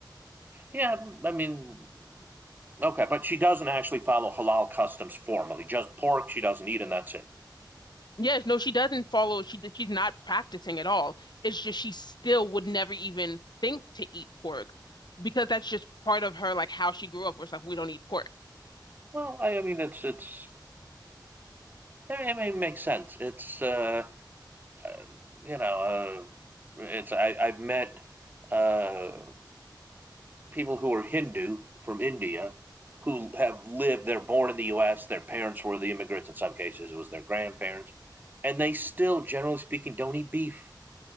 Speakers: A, on the right; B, on the left.
A: Yeah, I mean, Okay, but she doesn't actually follow halal customs formally. Just pork she doesn't eat, and that's it.
B: Yes, no, she doesn't follow. She she's not practicing at all. It's just she still would never even think to eat pork because that's just part of her, like how she grew up, where it's like we don't eat pork.
A: Well, I, I mean, it's it's it mean, it makes sense. It's uh, uh, you know, uh, it's I, I've met uh, people who are Hindu from India who have lived. They're born in the U.S. Their parents were the immigrants. In some cases, it was their grandparents, and they still, generally speaking, don't eat beef.